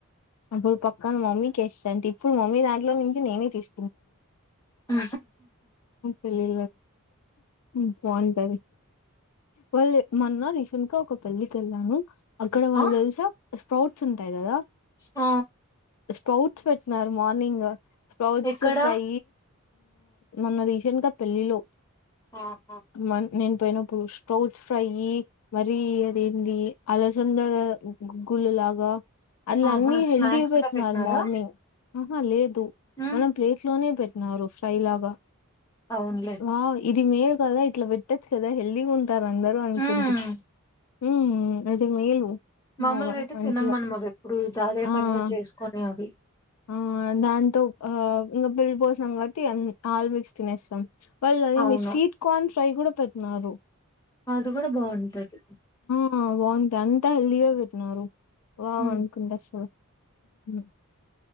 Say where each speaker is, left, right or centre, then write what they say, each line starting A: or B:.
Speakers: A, on the left (about 80°); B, on the left (about 15°).
A: అప్పుడు పక్కన మమ్మీకి ఇస్త అంటే ఇప్పుడు మమ్మీ దాంట్లో నుంచి నేనే తీసు
B: ఆ
A: పెళ్ళి బాగుంటది వాళ్ళు మొన్న రీసెంట్ ఒక పెళ్లికి వెళ్ళాను అక్కడ వాళ్ళు
B: ఆ
A: తెలిసా స్ప్రౌట్స్ ఉంటాయి కదా
B: ఆ
A: స్ప్రౌట్స్ పెట్టిన మార్నింగ్ స్ప్రౌట్స్
B: ఎక్కడ
A: ఫ్రై మొన్న రీసెంట్ గా పెళ్ళిలో
B: ఆహా
A: మ నేను పోయినప్పుడు స్ట్రౌట్ ఫ్రై మరి అదేంది అలసంద గుగ్గులు లాగా అలా
B: ఆహా,
A: అన్ని
B: స్నాక్స్
A: హెల్తీ పెట్టినారు
B: గా పెట్టినారా
A: మార్నింగ్ ఆహా లేదు దు
B: మ్మ్.
A: మనం ప్లేట్ లోనే పెట్నారు ఫ్రై లాగా
B: అవునులే
A: వావ్ ఇది మేలు కదా ఇట్లా పెట్టచ్చ కదా హెల్ది ఉ అందరూ అనుకుండి
B: మ్మ్.
A: మ్మ్ అది మేలు
B: మామూలుగా
A: బాగా
B: అయితే
A: మంచిగా
B: తినం మనం అవెప్పుడు అదే
A: ఆ
B: పనిగ చేసుకొని అవి
A: ఆ దాంతో హా ఇంకా పెళ్ళి భోజనం కాబట్టి ఆల్ మిక్స్ తినేస్నామ్ బల్ అనింది
B: అవును
A: స్వీట్ కార్న్ ఫ్రై కూడా పెట్నారు
B: అదిగుడా బాగుంటది
A: ఆ బాగుంటాయి అంతా హెల్దీగా పెట్నరు వావ్
B: మ్మ్.
A: అనుకుంటే అసలు అ